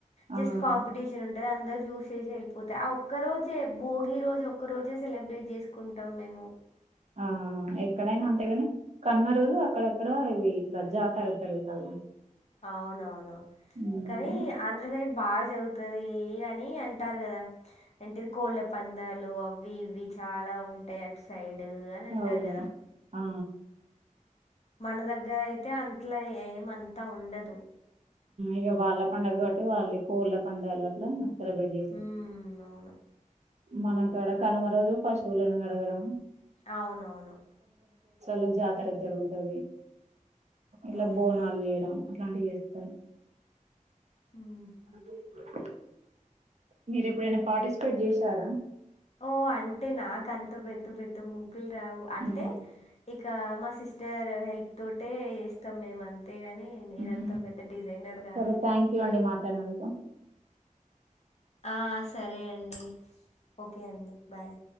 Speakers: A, on the left; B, on the right.
A: జస్ట్
B: ఆ
A: కాంపిటీషన్ ఉ అందరు చూసేసి ఎళ్ళిపోతయ్ ఆ ఒక్కరోజే భోగి రోజు ఒక్క రోజే సెలబ్రేట్ చేసుకుంటాం మేము
B: ఆ ఎక్కడైనా అంతేగాని కనుమ రోజు అక్కడక్కడ ఇవి ఇట్లా జాతర జరుగుతది
A: అవునవును
B: ఉమ్,
A: కానీ ఆంధ్రదేశ్ బాగా జరుగుతుది అని అంటారు కదా. అంటేది కోళ్ళ పందాలు అవి ఇవి చాలా ఉంటాయి. అటు సైడ్ పడు అని అంటారు
B: అవును
A: కదా
B: ఆ
A: మన దగ్గరయితే అట్లో ఏమంతా ఉండదు.
B: ఇక వాళ్ళ పండుగ కాబట్టి వాళ్ళ కోళ్ళ పండగలు అట్లా సెలబ్రేట్ చే
A: హ్మ్. అవును.
B: మన కాడ కనుమ రోజు పశువులను కడగడం
A: అవునవును
B: లో జాతర జరుగుతుంది. ఇట్లా
A: అవునా!
B: బోనాలు చేయడం అట్లాంటివి చే సర
A: హుహు.
B: అ <unintelligible> మీరు ఎప్పుడైనా పార్టిసిపేట్ చేశారా
A: ఓ అంటే నాకంత పెద్ద పెద్ద పెద్ద ముగ్గులు రావు అంటే
B: ఉహు,
A: ఇక మా సిస్టర్ హెల్ప్ తోటే వస్తాం మేము అంత. అంతేగాని నేనంత
B: ఉహు.
A: పెద్ద డిజైనర్ కాదు.
B: సరే థ్యాంక్ యూ అండి మాట్లాడినందుకు
A: ఆ సరే అండి ఓకే అండి బాయ్